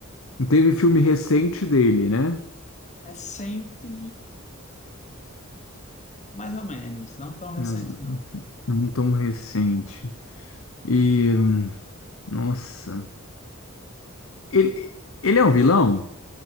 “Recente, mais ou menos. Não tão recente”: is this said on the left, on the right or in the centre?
Left